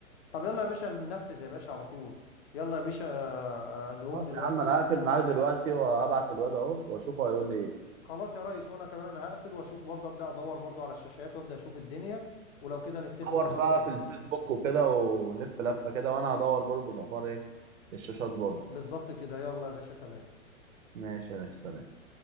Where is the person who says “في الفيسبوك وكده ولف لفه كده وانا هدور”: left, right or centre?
Right